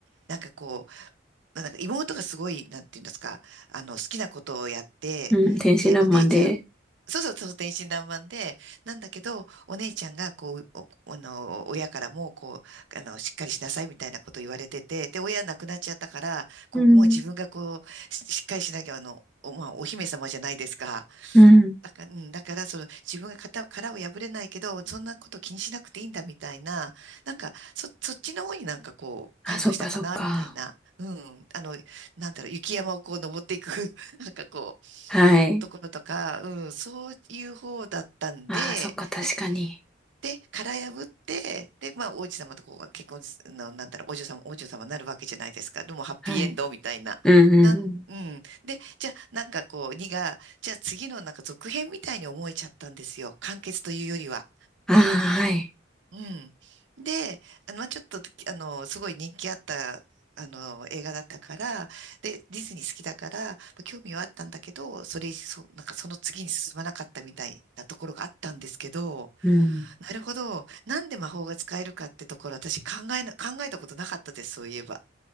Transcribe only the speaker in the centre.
うん、天真爛漫で。
うん、
うん。
あ、そっかそっか。
はい。
ああ、そっか、確かに。
はい。うん、
うん。
ああ、はい。
うん。